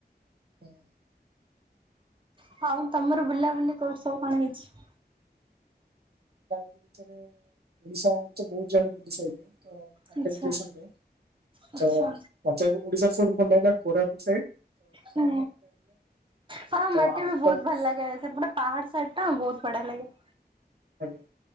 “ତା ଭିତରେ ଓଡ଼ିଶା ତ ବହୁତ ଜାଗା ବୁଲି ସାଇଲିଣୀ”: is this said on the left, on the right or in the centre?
Right